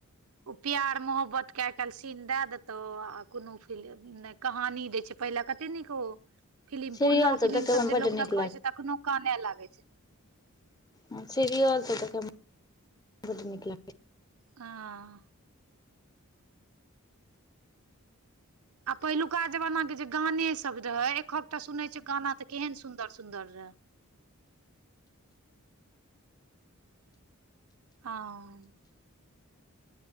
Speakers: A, on the right (about 80°); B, on the left (about 15°).
A: ओ प्यार-मोहब्बत के आई-काईल सीन दय देतो आ कोनो फिलम कहानी देय छै पहिले कते नीक ओ फिलिम
B: सीरियल
A: पुरना फिलिम
B: देखैमे
A: सब जे
B: बड्ड
A: लोग
B: नीक
A: देखे छै अखनो काने लागे छै।
B: ह सिरियल त बड नीक लागै
A: हँ आ पहिलुका जमाना के जे गाने सब रहे एकहकटा सुनने छै गाना त केहन सुंदर सुंदर रै। हँ